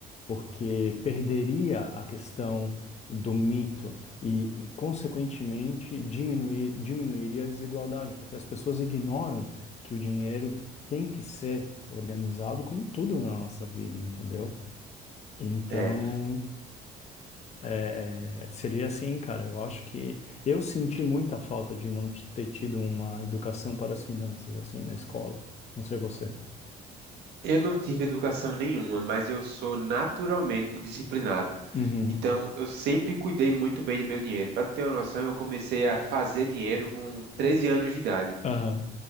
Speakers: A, on the left (about 40°); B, on the right (about 80°).
A: porque perderia a questão do mito e, e, consequentemente, diminuir, diminuiria a desigualdade, porque as pessoas ignoram que o dinheiro tem que ser organizado como tudo na nossa vida, entendeu? Então,
B: É.
A: é, é, seria assim, cara. Eu acho que eu senti muita falta de não t- ter tido uma educação para as finanças, assim, na escola. Não sei você.
B: Eu não tive educação nenhuma, mas eu sou naturalmente disciplinado.
A: Uhum.
B: Então, eu sempre cuidei muito bem do meu dinheiro. Para ter uma noção, eu comecei a fazer dinheiro com 13 anos de idade.
A: Aham,